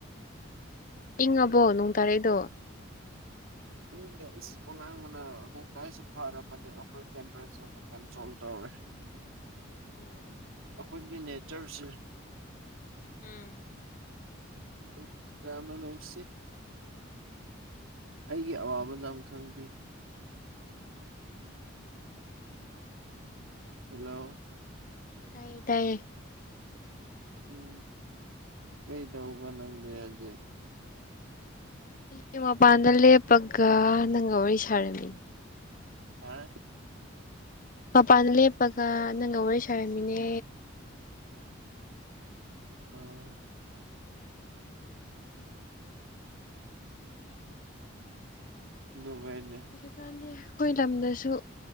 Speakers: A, on the left; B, on the right.
A: ꯏꯪꯉꯕꯣ ꯅꯣꯡ ꯇꯥꯔꯛꯏꯗꯣ
B: ꯏꯪꯗꯦ ꯏꯁ ꯑꯣꯂꯥꯡꯕꯅ ꯅꯣꯡ ꯇꯥꯔꯛꯏꯁꯦ ꯐꯔꯕꯅꯤ ꯑꯈꯣꯏ ꯇꯦꯝꯄꯔꯦꯆ꯭ꯔꯗ ꯀꯟꯇ꯭ꯔꯣꯜ ꯇꯧꯔꯦ ꯥꯥ <inaudible>
A: ꯎꯝ
B: ꯑꯈꯣꯏꯒꯤ ꯅꯦꯆ꯭ꯔꯁꯦ
A: ꯎꯝ
B: ꯑꯗꯨꯝ ꯌꯥꯝꯅ ꯅꯨꯡꯁꯤ ꯑꯩꯒꯤ ꯑꯋꯥꯕ
A: ꯎꯝ
B: ꯌꯥꯝ ꯈꯪꯕꯤ
A: ꯎꯝ
B: ꯍꯦꯜꯂꯣ
A: ꯇꯥꯏꯌꯦ ꯇꯥꯏꯌꯦ
B: ꯎꯝ ꯀꯩ ꯗꯧꯕ ꯅꯪꯗꯤ ꯍꯧꯖꯤꯛ
A: ꯑꯩ ꯃꯄꯥꯟꯗ ꯂꯦꯞꯄꯒ ꯅꯪꯒ ꯋꯥꯔꯤ ꯁꯥꯔꯝꯃꯤ
B: ꯍꯥ
A: ꯃꯄꯥꯟ ꯂꯦꯞꯄꯒ ꯅꯪꯒ ꯋꯥꯔꯤ ꯁꯥꯔꯝꯃꯤꯅꯦ
B: ꯑꯥ ꯗꯨꯕꯥꯩꯅꯦ
A: ꯍꯧꯖꯤꯛ ꯀꯥꯟꯗꯤ ꯈꯣꯏ ꯂꯝꯗꯁꯨ